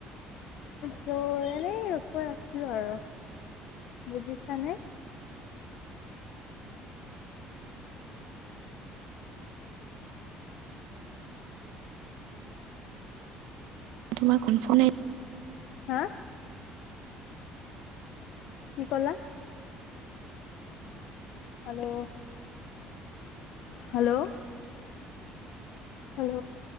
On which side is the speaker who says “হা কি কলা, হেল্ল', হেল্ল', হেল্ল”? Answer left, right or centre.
Left